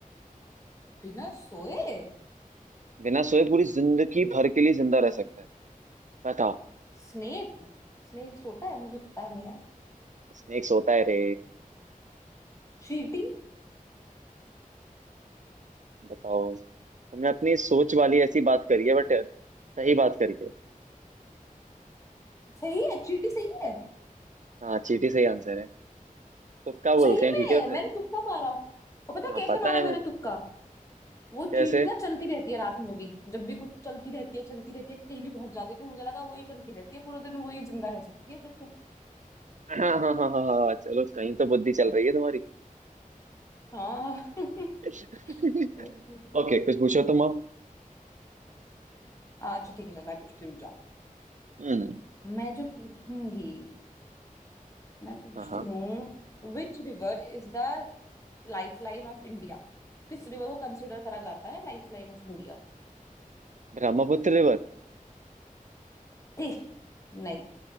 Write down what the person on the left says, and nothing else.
बिना सोए
स्नेक स्नेक सोता है मुझे पता नहीं यार
चींटी
सही है चींटी सही है
सही
में
मैंने तुक्का मारा और पता है
कैसे
मारा
मैंने
तुक्का वो
चींटी ना चलती रहती है रात में भी जब भी कुछ चलती रहती है चलती रहती है कहीं भी पहुंच जाती है तो मुझे लगा वही चलती रहती है पूरे दिन वही जिंदा रह सकती है फिर तो
हाँ <laughs>
ओके
अच्छा ठीक है चल मैं पूछती हूँ, रुक जाओ
मैं जो पूछूंगी मैं पूछती
हूँ which river is the life line of India किस रिवर को कंसिडर करा जाता है लाइफ लाइन ऑफ इंडिया
ठीक नहीं